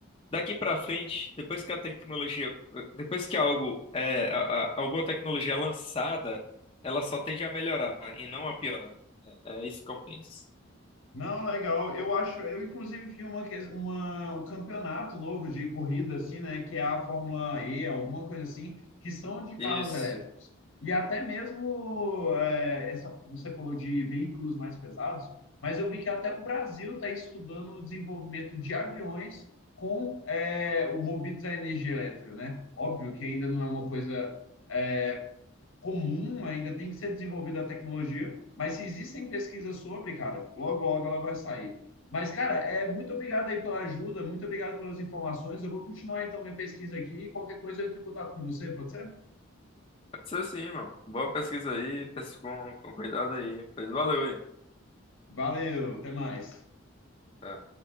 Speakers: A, on the left; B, on the left.
A: Daqui para frente, depois que a tecnologia, depois que algo é, a- a- alguma tecnologia é lançada, ela só tende a melhorar e não a piorar. É, é isso que eu penso.
B: Não, legal. Eu acho, eu inclusive vi uma, que- uma- um campeonato novo de corrida, assim, né? Que é a Fórmula E, alguma coisa assim, que são de carros
A: Isso.
B: elétricos. E até mesmo, é, essa, você falou de veículos mais pesados, mas eu vi que até o Brasil está estudando o desenvolvimento de aviões com, é, o- movidos à energia elétrica, né? Óbvio que ainda não é uma coisa, é, comum, ainda tem que ser desenvolvida a tecnologia, mas se existem pesquisas sobre, cara, logo, logo ela vai sair. Mas, cara, é muito obrigado aí pela ajuda, muito obrigado pelas informações. Eu vou continuar então minha pesquisa aqui. Qualquer coisa eu entro em contato com você, pode ser?
A: Pode ser sim, irmão. Boa pesquisa aí, pesquisa com, com cuidado aí. Pois valeu aí.
B: Valeu, até mais.
A: Tá.